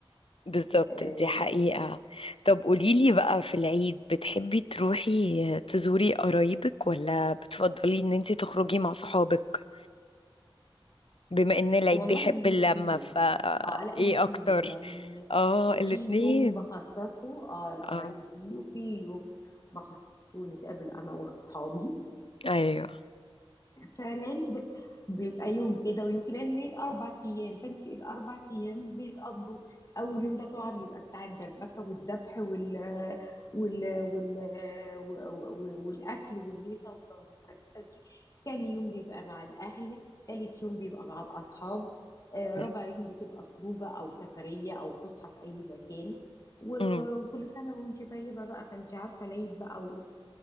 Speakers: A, on the left; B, on the left.
A: بالظبط
B: أه
A: دي حقيقة طب قوليلي بقى في العيد بتحبي تروحي تزوري قرايبك ولا بتفضلي ان انت تخرجي مع صحابك بما ان العيد
B: والله
A: بيحب
B: الاثنين
A: اللمة فا
B: اه على الاثنين
A: ايه اكتر
B: يعني
A: اه الاتنين
B: في يوم بخصصه اه لقرايبي
A: اه
B: وفي يوم بخصصه نتقابل انا واصحابي
A: ايوه
B: فالعيد بيبقى يوم كده ويوم كده يعني العيد أربع أيام فأنت الأربع أيام بيتقضوا أول يوم ده طبعا بيبقى بتاع الدربكة والذبح وال وال وال وال- والأكل والهيصة والزمبرتة دي تاني يوم بيبقى مع الأهل تالت يوم بيبقى مع الأصحاب آه، رابع
A: أيوة.
B: يوم بتبقى خروجة أو سفرية أو فسحة في أي مكان و-
A: امم
B: وكل سنة وأنت طيبة بقى فأنت عارفة العيد بقى